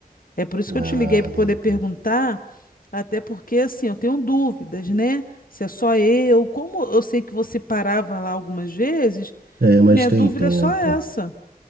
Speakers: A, on the left; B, on the right.
A: É por isso que
B: Ah,
A: eu te liguei para
B: amiga.
A: poder perguntar, até porque, assim, eu tenho dúvidas, né? Se é só eu, como eu sei que você parava lá algumas vezes,
B: É, mas
A: minha
B: tem
A: dúvida
B: tempo.
A: é só essa.